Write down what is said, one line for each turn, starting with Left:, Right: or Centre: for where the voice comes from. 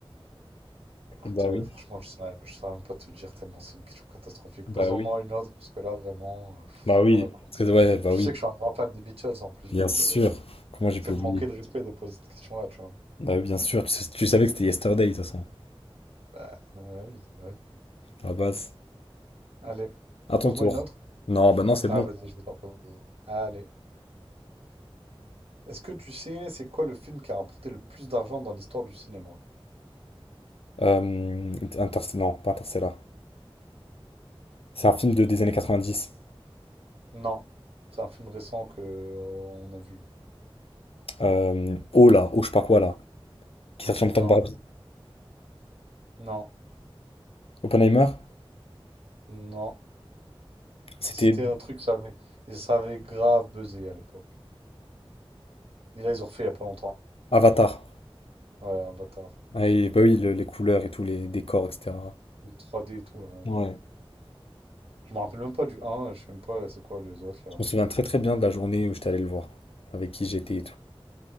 Right: Écoute,
Left: Bah
Right: euh,
Left: oui.
Right: franchement, je saurais, je saurais même pas te dire tellement c'est une question catastrophique.
Left: Bah
Right: Pose-en-moi
Left: oui,
Right: une autre, parce que là, vraiment, euh, pff,
Left: bah oui,
Right: voilà quoi.
Left: Parce que- ouais, bah
Right: Tu
Left: oui,
Right: sais que je suis un grand fan des Beatles en plus,
Left: bien
Right: donc
Left: sûr.
Right: euh,
Left: Comment j'ai pu
Right: c'est me
Left: oublier?
Right: manquer de respect de poser cette question-là, tu vois.
Left: Bah oui, bien sûr, tu, sais- tu savais que c'était Yesterday de toute façon,
Right: Ah, ah oui, bah oui.
Left: à la base.
Right: Allez,
Left: À ton
Right: pose-moi
Left: tour.
Right: une autre.
Left: Non, bah non, c'est bon.
Right: Ah, vas-y, je vais t'en poser. Allez. Est-ce que tu sais c'est quoi le film qui a rapporté le plus d'argent dans l'histoire du cinéma?
Left: Euh, Inter- non, pas Interstellar. C'est un film de, des années 90.
Right: Non. C'est un film récent que euh, on a vu.
Left: Euh, oh là, oh je sais pas quoi là, qui est sorti en même temps
Right: Non,
Left: que Barbie.
Right: non,
Left: Oppenheimer,
Right: non.
Left: c'était
Right: C'était un truc, ça avait, et ça avait grave buzzé à l'époque. Et là, ils ont refait il y a pas longtemps.
Left: Avatar.
Right: Ouais, Avatar.
Left: Ah, et bah oui, le- les couleurs et tous les décors, etc.
Right: Le 3D et tout, là, ouais.
Left: Ouais.
Right: Je me rappelle même pas du un je sais même pas c'est quoi les autres,
Left: Je
Right: là.
Left: me souviens très très bien de la journée où j'étais allé le voir, avec qui j'étais et tout.